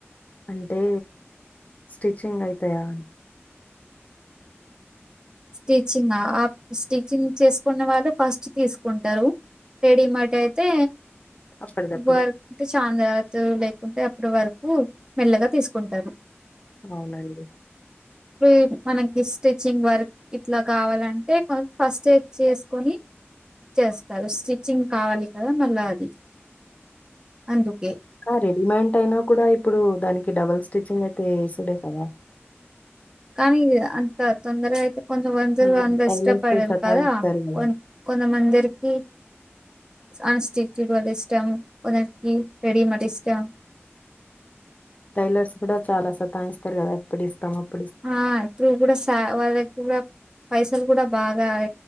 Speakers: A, on the left; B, on the right.
A: అంటే. స్టిచ్చింగ్ అయితాయా.
B: స్టిచ్చింగ్ ఆ స్టిచ్చింగ్ చేసుకున్న వాళ్ళు ఫస్ట్ తీసుకుంటారు రెడీమేట్ అయితే..
A: అప్పటిదప్పుడు
B: వర్క్ చంద్రా. లేకుంటే అప్పుడు వరకు మెల్లగా తీసుకుంటారు
A: అవునండి
B: ఇప్పుడు మనకి స్టిచింగ్ వర్క్ ఇట్లా కావాలంటే కొం ఫస్ట్ ఏ చేసుకొని చేస్తారు స్టిచ్చింగ్ కావాలి కదా మళ్ళ అది అందుకే
A: ఆ రెడీమేంట్ అయినా కూడా ఇప్పుడు దానికి డబుల్ స్టిచ్చింగ్ అయితే వేసుడే కదా
B: కాని అంత తొందరగ అయితే కొంచెం అందరు
A: మళ్ళీ
B: అంత
A: టైలర్స్
B: ఇష్టపడరు
A: సతాయిస్తారు
B: కదా
A: కదా
B: కొ కొంతమందరికి ఆ స్టిచ్చింగ్ వాళ్ళు ఇష్టం కొందరికి న్ రెడిమెట్ ఇష్టం
A: టైలర్స్ కూడా చాలా సతాయిస్తారు కదా ఇప్పుడు ఇస్తాం అప్
B: ఆ ఇప్పుడు కూడా సా వాళ్ళకి కూడా పైసలు కూడా బాగా